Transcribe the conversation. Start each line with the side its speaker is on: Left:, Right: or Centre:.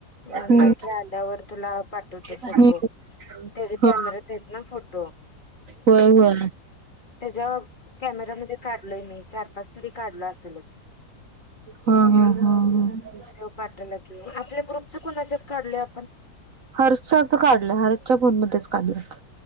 Left: म्हणला
Right: हम्म
Left: की आ त्यावर तुला पाठवतो
Right: हम्म
Left: फोटो त्याच्या
Right: हा
Left: कॅमेरात येत ना फोटो.
Right: होय हो.
Left: त्याच्या कॅमेरामध्ये काढलय मी चार पाच तरी काढल असेलच.
Right: हा हा हा ह.
Left: ते पाठायला गे आपल्या ग्रुपच कुणाच्याच काढले आपण.
Right: हर्षच्या असं काढलं हरशच्या फोनमध्येध्येच काढलं.